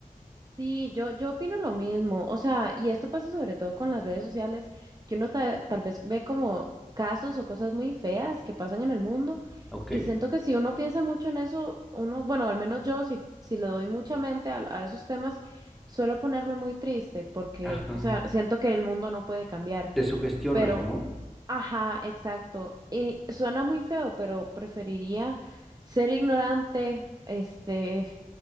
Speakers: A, on the right; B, in the centre.
A: Sí, yo, yo opino lo mismo, o sea, y esto pasa sobre todo con las redes sociales, que uno ta- tal vez ve como casos o cosas muy feas que pasan en el mundo,
B: Ok.
A: y siento que si uno piensa mucho en eso, uno, bueno, al menos yo, si, si le doy mucha mente a, a esos temas, suelo ponerme muy triste, porque,
B: Ajá.
A: o sea, siento que el mundo no puede cambiar,
B: Te sugestionas,
A: pero,
B: ¿no?
A: ajá, exacto, y suena muy feo, pero preferiría ser ignorante, este